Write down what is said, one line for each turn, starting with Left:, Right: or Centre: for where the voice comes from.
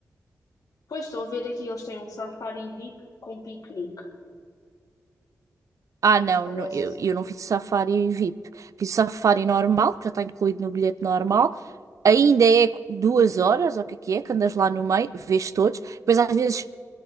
Left: Pois estou a ver aqui, eles têm um safari VIP com piquenique.
Right: Ah,
Left: Isso
Right: não,
Left: parece.
Right: no- eu, eu não fiz o Safari VIP. Fiz o Safari normal, que já está incluído no bilhete normal. Ainda é duas horas, ou o que é que é, que andas lá no meio, vês todos. Depois às vezes